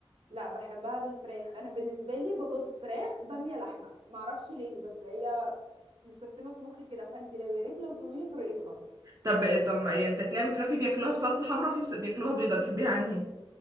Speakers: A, on the right; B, on the right.
A: لا بحبها بالفراخ انا بالنسبه لي بطاطس فراخ باميه لحمه ما اعرفش ليه بس هي متسيستمه في مخي كده فانت لو يا ريت لو تقولي لي طريقتها
B: طب طب ما إيه، بتاكليها بالفراخ في بياكلوها بصلصة حمرا في بس- بياكلوها بيضة بتحبيها انهي؟